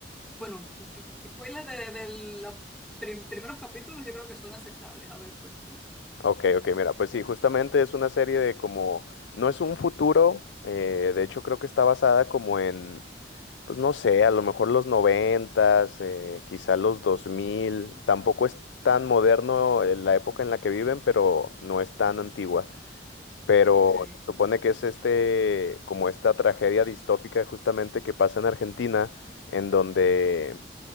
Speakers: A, in the centre; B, on the left.
A: Bueno, g- spoilers de, de los primeros capítulos yo creo que son aceptables. A ver, cuéntame.
B: Ok, ok, mira, pues sí, justamente es una serie de como, no es un futuro, eh, de hecho creo que está basada como en, pues no sé, a lo mejor los noventas, eh, quizá los dos mil, tampoco es tan moderno eh, la época en la que viven, pero no es tan antigua. Pero
A: Ok,
B: se supone que es este, como esta tragedia distópica justamente que pasa en Argentina, en donde